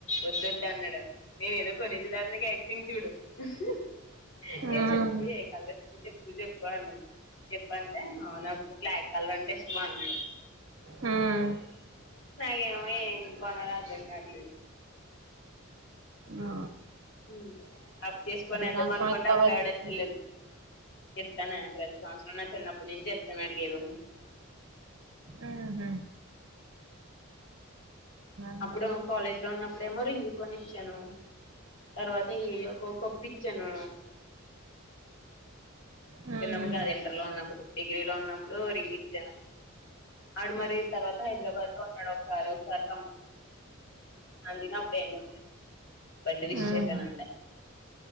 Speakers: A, on the left (about 60°); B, on the right (about 75°).
A: వద్దొద్దు అన్నాడు నేను ఏదో కొనేసేదానిలాగా తిన్ చూడు అహా ఏ
B: మ్మ్
A: చెప్పు ఏ కాలేజో చెప్పు చెప్పు బన్ చెప్పంటె నాకు క్లారిటీ వాళ్ళంటే ఇష్టమా అండి
B: మ్మ్
A: నాకేమో ఏం కొనరాదు బెంగారులే
B: ఆ
A: ఉమ్ అప్పు చేసుకొని ఏల్దామనుకుంటే
B: సంవత్సరం ఇత్తావా
A: అప్పుడు ఎవడ్
B: గిఫ్ట్లు
A: ఇస్తలేదు ఇస్తాను ప్రతి సంవత్సరం నా చిన్న నేను చెప్తాను అడిగి ఏదోకటి
B: ఆ హా ఉంది
A: అప్పుడు కాలేజ్లో ఉన్నప్పుడు ఇప్పుడేమో రింగు కొని ఇచ్చాను తర్వాత ఏయో ఒకో కప్పు ఇచ్చాను
B: ఉమ్
A: చిన్నప్పుడు కాదు ఇంటర్లో ఉన్నప్పుడు డిగ్రీలో ఉన్నప్పుడు రింగ్ ఇచ్చాను ఆడు మరీ తర్వాత హైదరాబాద్ లో ఉన్నాడు సరే ఒకసారి అడిగినప్పుడు ఏం ఇవ్వలేదు బర్త్డే విష్
B: ఉమ్
A: చేసాను అంతే